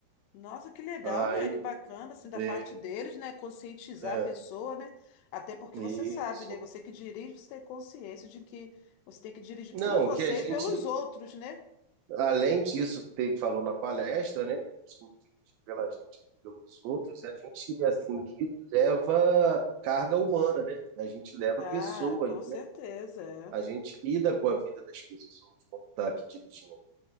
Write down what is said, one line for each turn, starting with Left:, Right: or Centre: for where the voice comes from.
Left: Nossa, que legal,
Right: Aí
Left: né? Que bacana, assim, da
Right: veio,
Left: parte deles, né? Conscientizar
Right: é,
Left: a pessoa, né? Até porque
Right: isso.
Left: você sabe, né? Você que dirige, você tem consciência de que você tem que dirigir
Right: Não,
Left: por você
Right: que a gente
Left: e pelos outros, né?
Right: Além disso que teve que falou na palestra, né, que a gente tem pela gente pelos outros, a gente assim li- leva carga humana, né? A gente leva
Left: Ah,
Right: pessoas,
Left: com certeza,
Right: né?
Left: é.
Right: A gente lida com a vida das pessoas quando está aqui dirigindo.